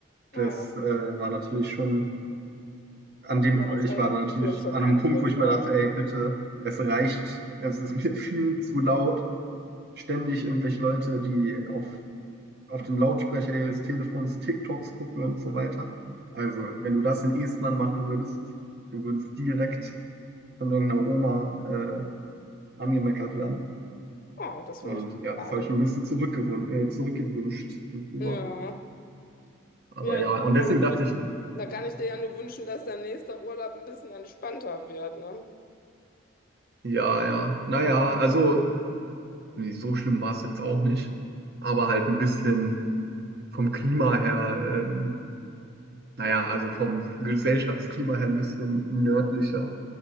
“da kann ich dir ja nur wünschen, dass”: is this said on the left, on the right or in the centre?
Left